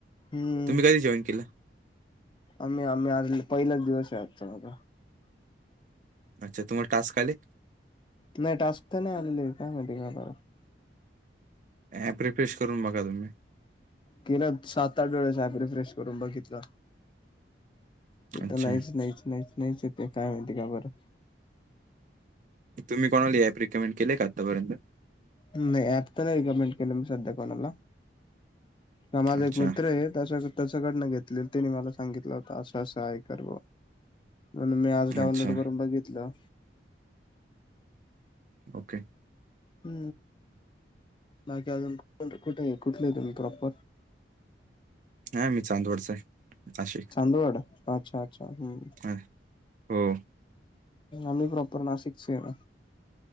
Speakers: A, on the left (about 25°); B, on the right (about 45°).
A: हम्म
B: तुम्ही कधी जॉईन केलं
A: आम्ही आम्ही आ पहिलाच दिवस हाय आजचा माझा <inaudible>
B: अच्छा तुम्हाला टास्क आले
A: नाही टास्क तर नाही आलेले काय माहिती का आता
B: अँप रिफ्रेश करून बघा तुम्ही
A: केलं सात आठ वेळेस अँप रिफ्रेश करून बघितलं ते
B: अच्छा
A: तर नाहीच नाहीच नाहीच नाहीच येतय काय माहिती का बरं
B: तुम्ही कोणाला ही अँप रीकमेंड केलंय का आतापर्यंत
A: नाही अँप तर नाही रिकमेंड केलं मी सध्या कोणाला हा माझा
B: अच्छा
A: एक मित्रये त्याच्या तसं कडण घेतले त्यांने मला सांगितलं होत असं असं आहे कर म्हणून मी आज डाऊनलोड
B: अच्छा
A: करून बघितलं
B: ओके
A: हू बाकी अजून कुट कुटले तुम्ही प्रॉपर
B: हाय मी चांदवडचा हाय नाशिक
A: चांदवड, अच्छा अच्छा हम्मं
B: अ, हो
A: आम्ही प्रॉपर नाशिकच हेय